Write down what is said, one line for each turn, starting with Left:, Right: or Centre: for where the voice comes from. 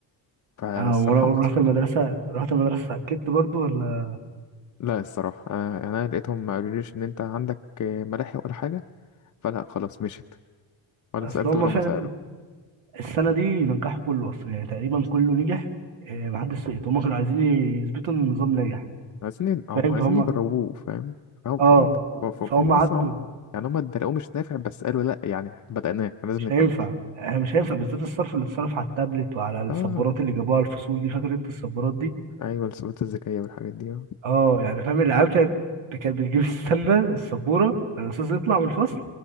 Left: فالصراحة
Right: اه ورا- ورحت
Left: ما كنتش
Right: المدرسة رحت المدرسة اتأكدت برضو ولا
Left: لا الصراحة أنا أنا لقيتهم ما قالوليش إن أنت عندك ملاحق ولا حاجة فلا خلاص مشيت ولا
Right: اصل
Left: سألت
Right: هما
Left: ولا
Right: فعلا
Left: ما سألوا
Right: السنة دي نجحوا كله أصلا يعني تقريبا كله نجح آه، محدش سقط هما كانوا عايزين يثبتوا إن النظام ناجح
Left: عايزين ي- هم
Right: فاهم
Left: عايزين
Right: فهم
Left: يجربوه فاهم فهم
Right: اه
Left: فهم فهم
Right: فهم
Left: هم أصلا
Right: عدوا
Left: عم- يعني هم اتدلقوه مش نافع بس قالوا لأ يعني بدأناه لازم
Right: مش
Left: نكمل
Right: هينفع احنا مش هينفع بالذات الصرف اللي اتصرف على التابلت وعلى السبورات
Left: آه
Right: اللي جابوها الفصول دي فاكر انت السبورات دي
Left: أيوة السبوتات الذكية والحاجات دي آه.
Right: اه يعني فاهم العيال كانت كانت بتجيب السله السبوره الاستاذ يطلع من الفصل